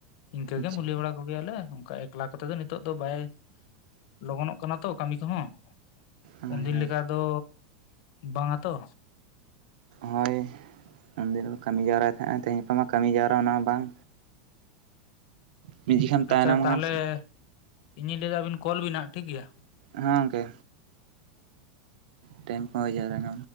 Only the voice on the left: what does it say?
ᱤᱱᱠᱟᱹ
ᱜᱮ ᱢᱩᱞᱤᱭᱟᱹ ᱵᱟᱲᱟ ᱠᱚ ᱠᱚ ᱜᱮᱭᱟᱞᱮ ᱚᱱᱠᱟ ᱮᱠᱞᱟ ᱠᱚᱛᱮ ᱫᱚ ᱱᱤᱛᱚᱜ ᱫᱚ ᱵᱟᱭ ᱞᱚᱜᱚᱱᱚᱜ ᱠᱟᱱᱟ ᱛᱚ ᱠᱟᱹᱢᱤ ᱠᱚᱦᱚᱸ
ᱩᱱᱫᱤᱱ
ᱞᱮᱠᱟ ᱫᱚ ᱵᱟᱝ ᱟ ᱛᱚ
ᱟᱪᱪᱷᱟ ᱛᱟᱦᱚᱞᱮ
ᱤᱧᱤᱧ ᱞᱟᱹᱭᱫᱟ ᱟᱵᱤᱱ ᱠᱚᱞ ᱵᱤᱱ ᱦᱟᱜ ᱴᱷᱤᱠ ᱜᱮᱭᱟ᱾